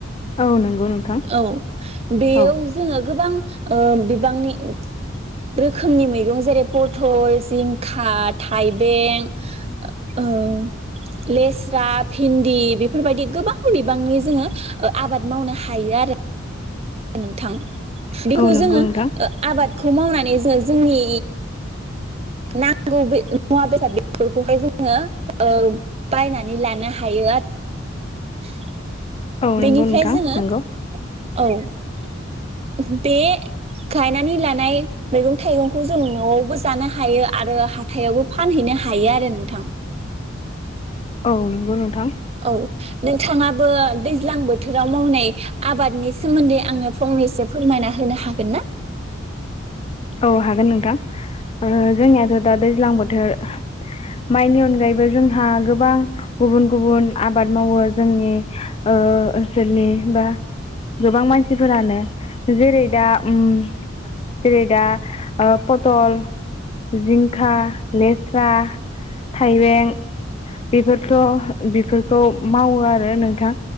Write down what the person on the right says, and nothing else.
औ बेयव
जोंङो गोबां ओ बिबांनि रोखोमनि मैगं जेरै पथल जिंखा थाइबें ओ लेस्रा भिन्दि बेफोरबायदि गोबां बिबांनि जोंङो ओ आबाद मावनो हायो आरो नोंथां। बेखौ
जोंङो
ओ आबाद खौ मावनानै जोंङो जोंनि नांगौ बे मुवा बेसाद बेफोरखौहाय जोंङो बायनानै लानो हायो आरो।
बेनिफ्राय
जोङो
औ बे गायनानै लानाय मैगं थाइगंखौ जों न'आवबो जानो हायो आरो हाथायावबो फानहैनो हायो आरो नोंथां।
औ नोंथांङाबो दैज्लां बोथोराव मावनाय आबादनि सोमोन्दै आंनो फंनैसो फोरमायना होनो हागोन ना?